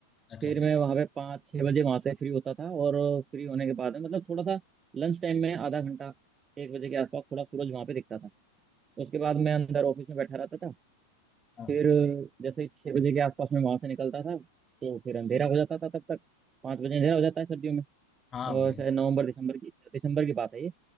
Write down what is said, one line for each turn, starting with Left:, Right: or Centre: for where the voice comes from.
Left: अच्छा
Right: फिर मैं वहां पे पाँच छह बजे वहां से फ्री होता था और फ्री होने के बाद में मतलब थोड़ा सा लंच टाइम में आधा घंटा एक बजे के आसपास थोड़ा सूरज वहां पे दिखता था उसके बाद मैं अंदर ऑफिस में बैठा रहता था
Left: हाँ
Right: फिर जैसे छः बजे के आसपास में वहां से निकलता था तो फिर अंधेरा हो जाता था तब तक पाँच बजे अंधेरा हो जाता है सर्दियों में
Left: हाँ
Right: और
Left: बिल-
Right: शायद नवंबर दिसंबर की दिसंबर की बात है ये